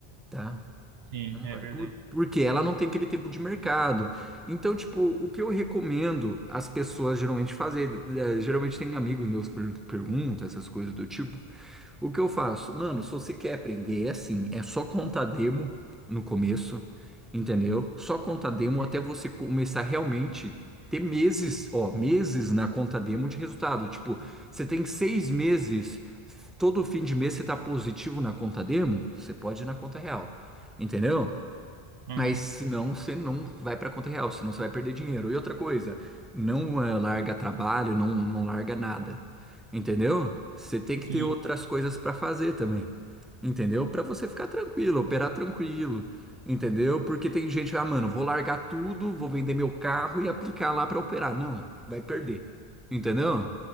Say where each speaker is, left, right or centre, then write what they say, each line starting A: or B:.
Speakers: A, in the centre; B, on the right.
A: tá?
B: sim,
A: Não
B: é
A: vai.
B: verdade.
A: Por, porque ela não tem aquele tempo de mercado. Então, tipo, o que eu recomendo as pessoas geralmente fazer, eh, geralmente tem amigos meus que per- perguntam essas coisas do tipo, o que eu faço? Mano, se você quer aprender, é assim, é só contar demo no começo, entendeu? Só contar demo
B: Uhum,
A: até você começar realmente ter meses, ó, meses na conta demo de resultado. Tipo, você tem seis meses, todo fim de mês você tá positivo na conta demo, você pode ir na conta real, entendeu?
B: uhum,
A: Mas senão você não vai para conta real, senão você vai perder dinheiro. E outra coisa, não eh, larga trabalho, não, não larga nada. Entendeu? Você tem que
B: sim.
A: ter outras coisas para fazer também. Entendeu? Para você ficar tranquilo, operar tranquilo. Entendeu? Porque tem gente, ah, mano, vou largar tudo, vou vender meu carro e aplicar lá para operar. Não, vai perder. Entendeu?